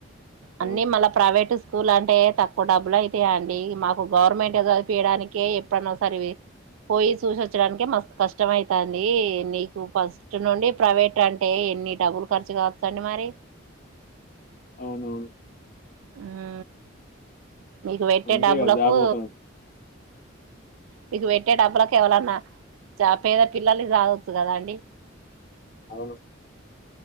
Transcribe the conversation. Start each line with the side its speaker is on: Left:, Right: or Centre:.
Left: అవును
Right: అన్నీ మళ్ళ ప్రైవేటు స్కూల్ అంటే తక్కు డబులు అయితాయా అండి మాకు గవర్నమెంట్ చదుపియడానికే ఎప్పుడైన్నా సదివేది పోయి చూసిొచ్చడానినికిే మ కష్టం అయితంది నీకు ఫస్ట్ నుండి ప్రైవేట్ అంటే ఎన్ని డబ్బులు ఖర్చు కావచ్చ అండి మరి
Left: అవునవును
Right: ఆ మీకు పెట్టే
Left: అందుకే
Right: డబ్బులకు
Left: కదా జాబ్ ఒకటి
Right: మీకు పెట్టే డబ్బులకు ఎవలన్నా చ పేద పిల్లలు సాాదొచ్చు కదా అండి
Left: అవును